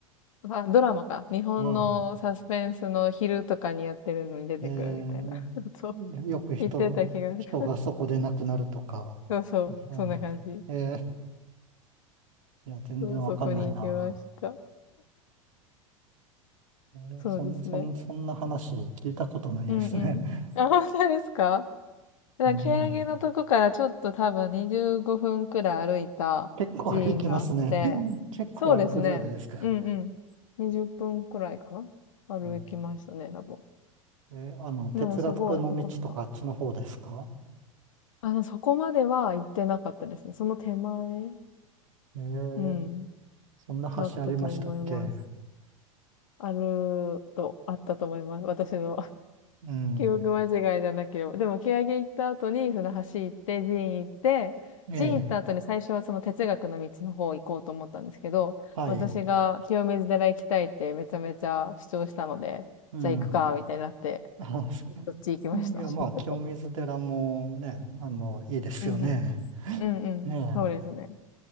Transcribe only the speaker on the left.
あ、ドラマか。日本のサスペンスの昼とかにやってるのに出てくるみたいな。
<laughs> そう。
言ってた気がする。
そうそう。
そんな感じ。
そう、そこに行きました。
そうですね。
うんうん。
あ、本当ですかだから、
蹴のとこからちょっと多分25分くらい歩いた寺院があって、
そうですね。うんうん。20分くらいかな歩きましたね、
多分。
でもすごい良かった。あの、そこまでは行ってなかったですね。その手前、
うん、
だったと思います。あると、あったと思います。私の
記憶間違いじゃなければ。でも、蹴上行った後に船橋行って、寺院行って、
寺院行った後に最初はその哲学の道の方行こうと思ったんですけど、
私が清水寺行きたいってめちゃめちゃ主張したので、
じゃあ行くか、
みたいになって、
そっち行きました。
<laughs>
うんうん。うんうん。
そうですね。